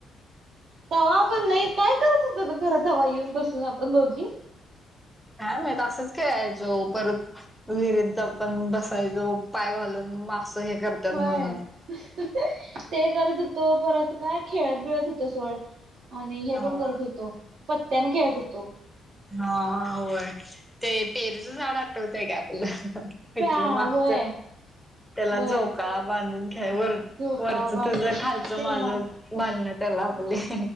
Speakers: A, on the right; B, in the centre.
A: तवा पण नाही काय करत होतो खर दवा येऊन बसून आपण दोघी?
B: काय माहित असंच खेळायचो परत विहिरीत ज पण बसायचो पाय घालून हे करतात
A: होय
B: म्हणून.
A: ते करत हुतू परत काय खेळत बिळत होतो सोड आणि हे
B: होय.
A: पण करत होतो पत्त्याना खेळत होतो.
B: हा हा होय ते पेरूचं झाड आठवतय काय आपलं? फिटलं
A: प्या
B: मागच
A: व्हय.
B: त्याला
A: व्हय
B: झोका बांधून खेळायचं वर
A: धोका
B: वरच
A: बाज
B: तझ खालचं
A: ते
B: माझं
A: लहान
B: बांधण त्याला आपली